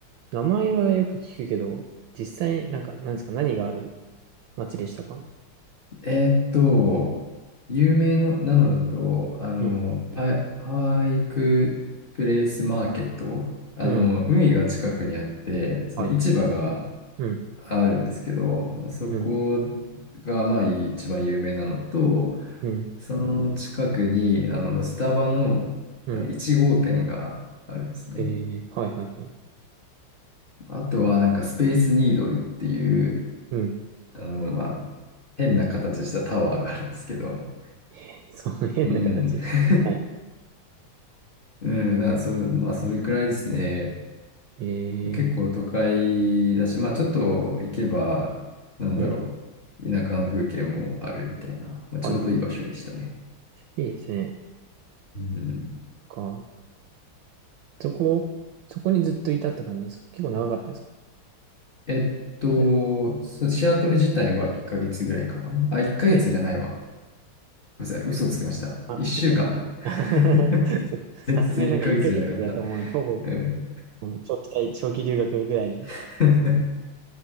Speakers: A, on the right; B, on the left.
A: 名前はよく聞くけど、実際、なんか、なんですか、何がある街でしたか
B: えーっと、有名のなのだと、あの、
A: うん。
B: パイ、パイクプレイスマーケット、あの、
A: うん。
B: 海が近くにあって、その市場が
A: はい。うん。
B: あるんですけど、まあ、そこ
A: うん。
B: がまあ一番有名なのと、
A: うん。
B: その近くにあのスタバのまあ1号店があるんですね。
A: うん。えー、はいはいはい。
B: あとはなんかスペースニードルっていう、
A: うん。
B: あのまあ変な形したタワーがあるんですけど、
A: <laughs> その変な形。
B: うん。<laughs>
A: は
B: うん、だからそれ、まあそれくらいですね。
A: い。
B: 結構都会だし、
A: え
B: まあちょっと行けば、なんだろう、
A: ー、うん。
B: 田舎の風景もあるみたいな、まあ、
A: はいは
B: ちょうどいい場所でしたね。
A: い。いいですね。
B: うん、
A: か。そこ、そこにずっといたって感じですか結構長かったですか
B: えっと、
A: シアト
B: そシアトル自体は1ヶ月ぐらいかな。あ、1ヶ月じゃないわ。
A: ル。
B: ごめんなさい、嘘つきました。
A: あ、
B: 1週間だ。
A: 嘘。<laughs>
B: <laughs>
A: そっかさすがになんか1ヶ月だと思う。
B: 全然1ヶ月じゃなかった。
A: ほぼ、
B: うん。
A: なんか長期滞長期留学ぐらいの。
B: <laughs>